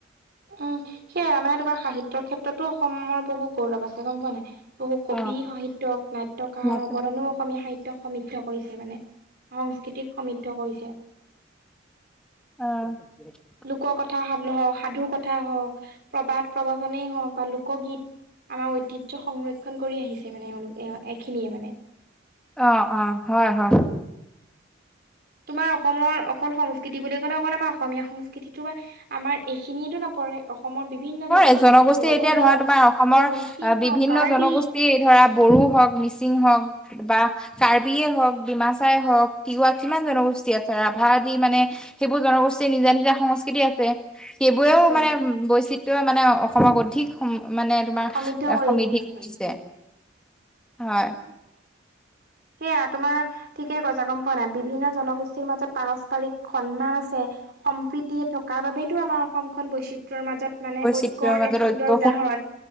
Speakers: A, on the right; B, in the centre.
A: উম সেয়া মানে তোমাৰ সাহিত্যৰ ক্ষেত্ৰতো অসমৰ বহু গৌৰৱ আছে গম পোৱা নে নাই বহু
B: অ
A: কবি সাহিত্যক নাট্যকাৰ
B: অ
A: অৱদানো অসমীয়া সাহিত্যক সমৃদ্ধ কৰিছে মানে, সংস্কৃতিক সমৃদ্ধ কৰিছে।
B: অ
A: লোক কথা সা সাধু কথা কথা হওঁক, প্ৰবাদ প্ৰবচনে হওঁক বা লোকগীত আমাৰ ঐতিহ্য সংৰক্ষণ খন কৰি আহিছে মানে অলোক এইখিনিয়ে মানে
B: অ অ হয় হয়।
A: তোমাৰ অসমৰ অকল সংস্কৃতি বুলি ক'লে অকল আমাৰ অসমীয়া সংস্কৃতিটো বা আমাৰ এইখিনিয়টো নপৰে অসমৰ বিভিন্ন
B: হয় জনগোষ্ঠী
A: বড়ো
B: এতিয়া ধৰা
A: হওক
B: তোমাৰ
A: এইটো
B: অসমৰ আহ
A: মিচিং
B: বিভিন্ন
A: হওক কাৰ্বি
B: জনগোষ্ঠী ধৰা বড়ো হওক, মিচিং হওক বা কাৰ্বিয়ে হওঁক, ডিমাচাই হওঁক, তিৱা কিমান জনগোষ্ঠী আছে ৰাভা আদি মানে সেইবোৰ জনগোষ্ঠীৰ নিজা নিজা সংস্কৃতি আছে। সেইবোৰেও
A: আছে
B: মানে বৈচিত্ৰই মানে অসমক অধিক মানে তোমাৰ
A: সমৃদ্ধ কৰি
B: সমৃদ্ধি
A: আহিছে
B: কৰিছে। হয়
A: মানে সেয়া তোমাৰ ঠিকে কৈছা গম পোৱানে নাই? বিভিন্ন জনগোষ্ঠীৰ মাজত পাৰস্পৰিক সন্মান আছে। সম্প্ৰীতি থকাৰ বাবেইটো আমাৰ অসমখন বৈচিত্ৰ ৰ মাজত মানে
B: বৈচিত্ৰৰ
A: ঐক্যৰ
B: মাজত
A: এক সুন্দৰ
B: ঐক্য
A: উদাহৰণ।